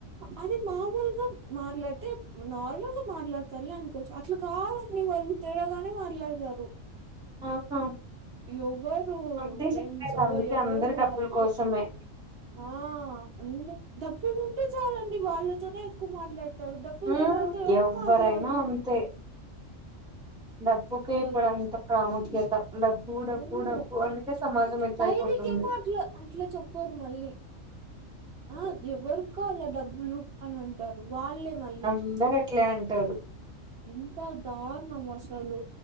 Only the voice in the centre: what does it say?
ఆహా
అంతే
చెప్పేది అందుకే
అందరు డబ్బుల
కోసమే
ఉమ్
ఎవ్వరైనా
అంతే డబ్బుకే ఇప్పుడు
అంత ప్రాముఖ్యత డబ్బు
డబ్బు అందుకే సమాజం ఎట్లా
అయిపోతుంది
అందరు అట్లే అంటారు